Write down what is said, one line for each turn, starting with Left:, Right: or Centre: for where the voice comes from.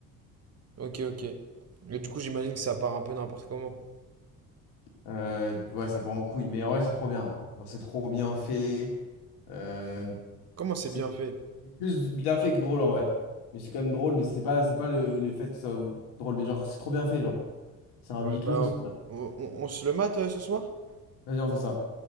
Right: Ok, ok. Et du coup, j'imagine que ça part un peu n'importe comment.
Left: Euh, ouais, ça part en couille. Mais en vrai, c'est trop bien. hein. Genre, c'est trop bien fait. Euh,
Right: Comment c'est
Left: c'est
Right: bien fait?
Left: plus bien fait que drôle en vrai. Mais c'est quand même drôle, mais c'est pas, c'est pas le, le fait que ça soit drôle. Mais genre, c'est trop bien fait, genre. C'est un
Right: Ouais,
Left: huis
Right: bah,
Left: clos. c'est trop bien.
Right: on, on- on se le mate euh, ce soir?
Left: Vas-y, on fait ça.